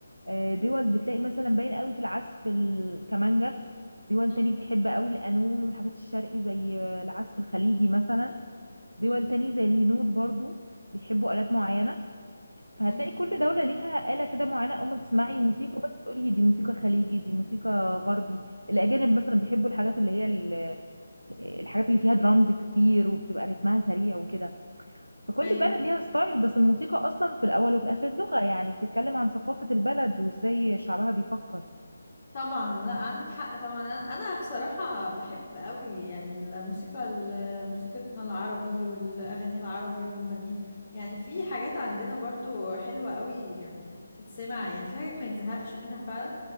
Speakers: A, on the right; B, on the left.
A: آه، دول بتلاقي مثلا باين قوي في العزف الكمانجا دول
B: <laughs> أم،
A: تاني بتحب قوي القانون والحاجات الشرقي زي العزف الخليجي مثلا دول
B: أم،
A: تاني زي الهنود برضو بيحبوا آلات معينة فهتلاقي
B: أم.
A: كل دولة ليها آلة كده معينة أول ما تسمعي الموسيقى بس تقولي دي موسيقى خليجي دي موسيقى غربي الأجانب مثلا بيحبوا الحاجات اللي هي ال- الحاجات اللي فيها درامز كتير وبتبقى رتمها سريع وكده فكل
B: ايوه
A: بلد ليها ستايل بس الموسيقى أصلا في الأول وفي الآخر لغة يعني بتتكلم عن ثقافة البلد وإزاي شعبها بيفكر
B: طبعا لا عندك حق طبعا انا أنا بصراحه بحب قوي يعني الموسيقى ال- موسيقتنا العربي والاغاني العربي والمغنيين يعني في حاجات عندنا برضو حلوه قوي تتسمع يعني في حاجات ما يتزهقش منها فعلا